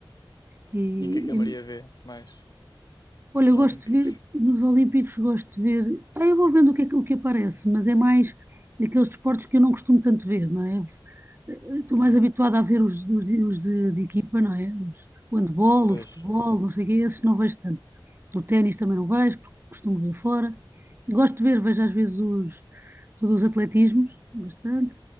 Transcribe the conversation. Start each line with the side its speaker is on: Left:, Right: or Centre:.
Right: E,
Left: E o que é que a Maria vê mais
Right: Olha,
Left: dos
Right: eu gosto
Left: Olímpicos?
Right: de ver, nos Olímpicos gosto de ver, ah, eu vou vendo o que, é que- o que aparece, mas é mais daqueles desportos que eu não costumo tanto ver, não é? Eh, Estou mais
Left: Hum,
Right: habituada a ver os, os de, os de- de equipa, não é? Os- o handball,
Left: pois.
Right: o futebol, não sei o quê, esses não vejo tanto. O ténis também não vejo, porque costumo ver fora. Gosto de ver, vejo às vezes os, todos os atletismos, bastante.